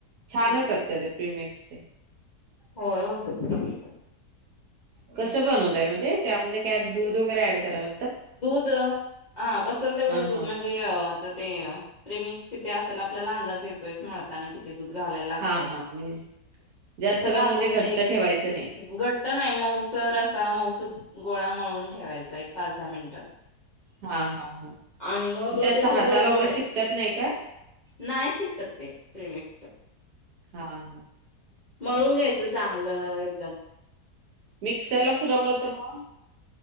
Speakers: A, on the right; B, on the left.
A: छान
B: हम्म.
A: होतात का ते प्रीमिक्सचे?
B: होय होतेत की.
A: कसं बनवताय मग ते त्यामध्ये काय दूध वगैरे ऍड करायला लाग
B: दूध हा बसेल तेवढं
A: हां,
B: दूध
A: हां.
B: म्हणजे आता ते प्रेमिक्स किती असल आपल्याला अंदाज येत तोच मळताना की दूध घालायला लागत
A: हां, हां. म्हणजे जास्त
B: तस घालून
A: पण म्हणजे
B: एक
A: घट्ट ठेवायचं नाही.
B: घट्ट नाही मऊसर असा मऊसू गोळाळून ठेवायचा एक पाच ा मिनिटात
A: हां, हां, हां.
B: आणि मग
A: ते असं
B: त्याचे
A: हाताला
B: गोळे वळायचे
A: वगैरे चिकटत नाही का?
B: नाही चिकतत ते प्रेमच
A: हा हा
B: मळून घ्यायचं चांगलं एकदम
A: मिक्सरला फिरवलं तर मग